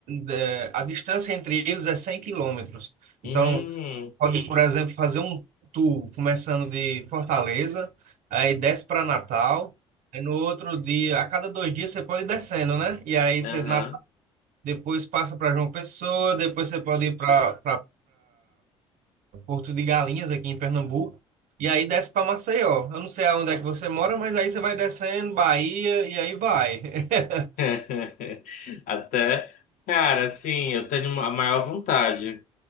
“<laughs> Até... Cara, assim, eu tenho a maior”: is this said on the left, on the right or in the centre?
Left